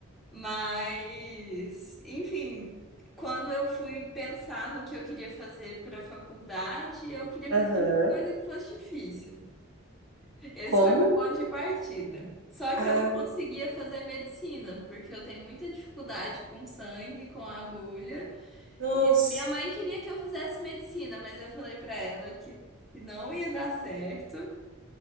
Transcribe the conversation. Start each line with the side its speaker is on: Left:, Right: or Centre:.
Centre: Mas, enfim, quando eu fui pensar no que eu queria fazer para a faculdade, eu queria fazer
Right: Aham.
Centre: alguma coisa que fosse difícil. Esse
Right: Como?
Centre: foi meu ponto de partida. Só
Right: Ah,
Centre: que eu não conseguia fazer medicina, porque eu tenho muita dificuldade com sangue, com agulha.
Right: nossa.
Centre: E minha mãe queria que eu fizesse medicina, mas eu falei pra ela que, que não ia dar certo.